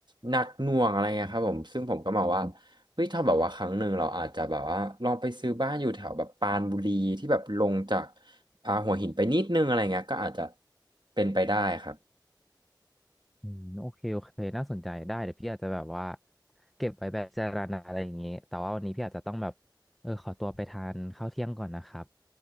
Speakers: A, on the right (about 70°); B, in the centre.
A: หนักหน่วงอะไรเงี้ยครับผมซึ่งผมก็มองว่าเฮ้ยถ้าแบบว่าครั้งหนึ่งเราอาจจะแบบว่าลองไปซื้อบ้านอยู่แถวแบบปรานบุรีที่แบบลงจากอ่าหัวหินไปนิดนึงอะไรเงี้ยก็อาจจะเป็นไปได้ครับ
B: อืมโอเคโอเค น่าสนใจได้เดี๋ยวพี่อาจจะแบบว่าเก็บไว้แบบเจารณาอะไรอย่างงี้แต่ว่าวันนี้พี่อาจจะต้องแบบเออขอตัวไปทานข้าวเที่ยงก่อนนะครับ